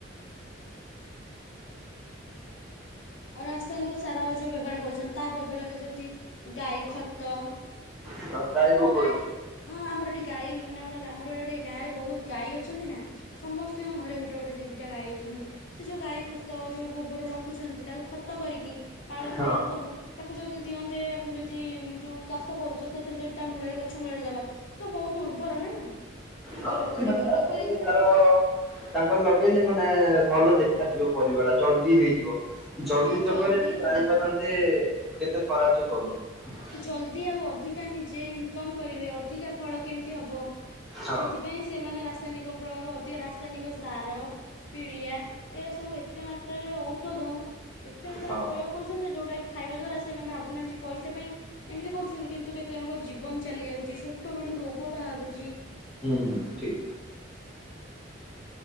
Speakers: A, on the left; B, in the centre.
A: ଆଉ ରାସାୟନିକ ସାର ଯୋଉ ବ୍ୟବହାର କରୁଛନ୍ତି ତା ବଦଳରେ ଯଦି ଗାଈ ଖତ
B: <unintelligible>
A: ଆମର ଗାଈଟି
B: ଯୋଉ
A: ହଁ ଆମର ଏଠି ଗାଈ ମାନେ ଆମର ଆମର ଏଠି ଗାଁ ରେ ବହୁତ ଗାଈ ଅଛନ୍ତି ନା। ସମସ୍ତଙ୍କ ଘରେ ଗୋଟେ ଗୋଟେ ଦିଦିଟା ଗାଈ ଅଛନ୍ତି। ସେ ଯୋଉ ଗାଈ ଖତ ଯୋଉ ଗୋବର ରଖୁଛନ୍ତି ତାକୁ ଖତ କରିକି ପାଳ
B: ହଁ
A: ହେଇରା ସବୁ ତାକୁ ଯଦି ଦିଅନ୍ତେ ଯଦି ଯୋଉ ଚାଷ କରୁଛ ସେ ରେ ଯ ତା ମୂଳରେ ଗଛ ମୂଳରେ ଦବା ସେ ତ ବହୁତ ଉର୍ବର ନା ସେ
B: ହଁ
A: ଭଲରେ
B: ସେମାନେ
A: ବଢିବ
B: ରାସ୍ତା
A: ଲୋକ ଦେଖିବେ
B: ତାର ତାଙ୍କର ଲଗେଇଲେ ମାନେ ଭଲ ଦେଖାଯିବ ପରିବା ଟା ଜଲଦି ହେଇଯିବ। ଜଲଦି
A: ସିଏ
B: ଚକରେ ସେ ଜାଣି
A: ହଁ
B: ପାରୁଥାନ୍ତେ କେତେ ଖରାପ ସେ କରୁଛନ୍ତି।
A: ସେ ଜଲଦି ଆଉ ଅଧିକା ନିଜେ ଇନକମ୍ କରିବେ ଅଧିକା ଫଳ କେମିତି ହବ?
B: ହଁ
A: ସେଥିପାଇଁ ସେମାନେ ରାସାୟନିକ ପ୍ରୟୋଗ ଅଧିକ ରାସାୟନିକ ସାର ପିଡିଆ ଏରା ସବୁ ଏତେ ମାତ୍ରାରେ ଔଷଧ ଏତେ ମାତ୍ରାରେ
B: ହଁ
A: ପ୍ରୟୋଗ କରୁଛନ୍ତି ଯଉଟା କି ଖାଇବା ଦ୍ଵାରା ସେମାନେ ଭାବୁନାହାନ୍ତି ପଇସା ପାଇଁ ଏମିତି କରୁଛନ୍ତି କିନ୍ତୁ କେତେ ଜଣଙ୍କ ଜୀବନ ଚାଲି ଯାଉଛି ଛୋଟ ବେଳୁ ରୋଗ ବାହାରୁଛି।
B: ହୁଁ ଠିକ।